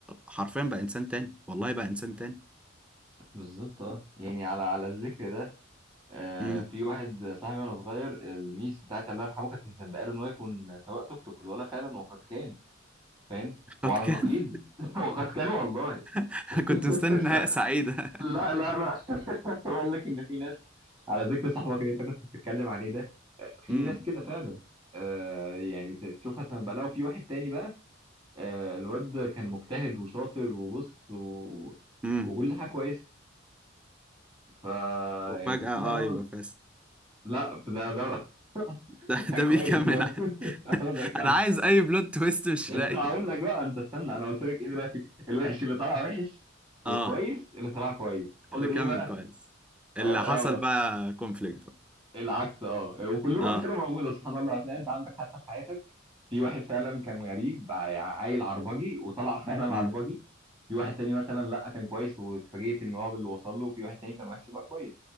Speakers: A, in the centre; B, on the right.
A: حرفيا بقى انسان تاني والله بقى انسان تاني
B: بالظبط اه يعني على على الذكر ده آه
A: امم
B: في واحد صاحبي وانا صغير الميس بتاعتي الله يرحمه كانت مسبقه له ان هو يكون سواق توك توك والولا فعلا وقد كان فاهم وعلى
A: قد كان
B: النقيض <laughs> وقد كان والله
A: <laughs>
B: <laughs>
A: كنت مستني نهاية سعيدة
B: لا لا لا <laughs> بقول لك ان في ناس على ذكر صاحبك اللي انت كنت بتتكلم عليه ده في
A: امم
B: ناس كده فعلا آه يعني تشوفها تنبأ لها وفي واحد تاني بقى آه الواد كان مجتهد وشاطر وبص و...
A: <laughs> امم
B: وكل حاجه كويسه ف
A: وفجأة
B: يعني سبحان الله
A: اه يبقى
B: لم-
A: فاسد
B: لا ده ده
A: <laughs> ده
B: ده
A: ده
B: كويس
A: بيكمل
B: هو
A: ع-
B: <laughs>
A: <laughs>
B: هو ده كمان
A: انا عايز اي بلوت تويست مش لاقي
B: لا، هقول
A: <laughs>
B: لك بقى انت استنى انا قلت لك ايه دلوقتي الوحش اللي طلع وحش والكويس
A: اه
B: اللي طلع كويس فاضل
A: اللي كمل
B: ايه بقى
A: كويس اللي
B: اه
A: حصل
B: آه،
A: بقى كونفليكت
B: العكس اه وكلهم
A: اه
B: امثله موجوده سبحان الله هتلاقي انت عندك حتى في حياتك في واحد فعلا كان غريب ع- عيل عربجي وطلع <laughs> فعلا
A: امم
B: عربجي في واحد تاني مثلا لا كان كويس واتفاجئت ان هو باللي وصل له وفي واحد تاني كان وحش بقى كويس